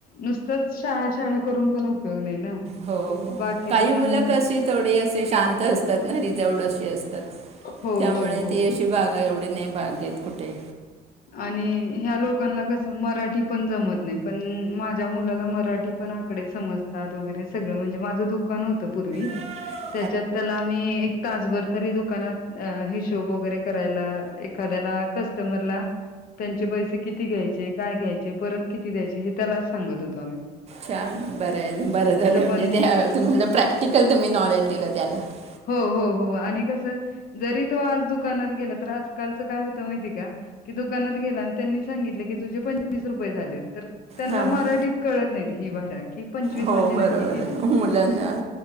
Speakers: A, on the left (about 55°); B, on the right (about 40°).
A: नुसतच शाळा शाळा करून पण उपयोग नाय ना.
B: हो
A: कि बाकीचे
B: काही
A: पण
B: मुल कसे थोडे असे शांत असतात ना रिझवड अशी असतात.
A: हो
B: त्यामुळे
A: हो हो
B: ती अशी भाग आहे एवढी नाही भाग घेत कुठे
A: आणि ह्या लोकांना कस मराठी पण जमत नाय पण माझ्या मुलाला मराठी पण आकडे समजतात वगैरे सगळं म्हणजे माझं दुकान होतं पूर्वी.
B: <inaudible>
A: त्याच्यात त्याला आम्ही एक तासभर तरी दुकानात अ हिशोब वगैरे करायला एखाद्याला कस्टमरला त्यांचे पैसे किती घ्यायचे? काय घ्यायचे? परत किती द्यायचे? हे त्यालाच सांगत होत.
B: छान बराय बरं झालंय म्हणजे
A: पण
B: त्या तुम्हाला प्रॅक्टिकल तुम्ही नॉलेज दिलं त्याला <inaudible>
A: हो हो हो आणि कसं जरी तो आज दुकानात गेला तर आजकालचं काय होत माहिती ये का? की दुकानात गेला आणि त्यांनी सांगितले की तुझे पंचवीस रुपये झालेत तर त्यांनला
B: हां
A: मराठीत कळत नाय ही भाषा कि पंचवीस
B: हो
A: म्हणजे
B: बरोबर
A: नक्की किती
B: आहे. मुलांना